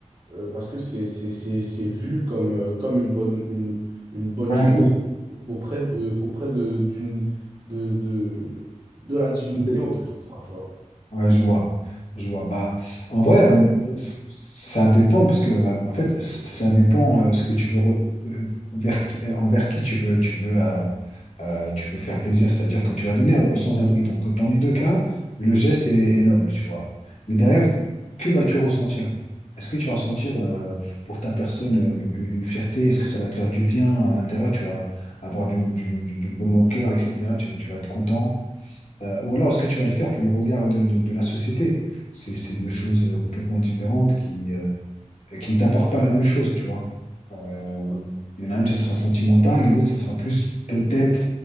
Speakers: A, on the right; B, on the left.
A: euh, parce que c'est, c'est, c'est, c'est vu comme, euh, comme une bonne, une, une bonne
B: Voilà.
A: chose auprès de, auprès de, d'une, de, de, de la divinité
B: Ouais.
A: en qui tu crois, tu vois.
B: Ouais, je vois. Je vois. Bah, en vrai, euh, c- ça dépend parce que, euh, en fait, c- ça dépend euh, ce que tu veux, re- euh, vers qui, euh, envers qui tu veux, tu veux, euh, euh, tu veux faire plaisir. C'est-à-dire que tu vas donner euh, sans abri. Donc, dans les deux cas, le geste est, est noble, tu vois. Mais derrière, que vas-tu ressentir? Est-ce que tu vas ressentir euh, pour ta personne euh, une, une- une fierté? Est-ce que ça va te faire du bien à l'intérieur? Tu vas avoir du, du, du, du baume au cœur, etc. Tu, tu vas être content. Euh, ou alors, est-ce que tu vas le faire pour le regard de, de- de la société? C'est c'est deux choses euh, complètement différentes qui, euh, qui ne t'apportent pas la même chose, tu vois. Euh,
A: Non.
B: il y en a une, ça sera sentimental, et l'autre, ça sera plus peut-être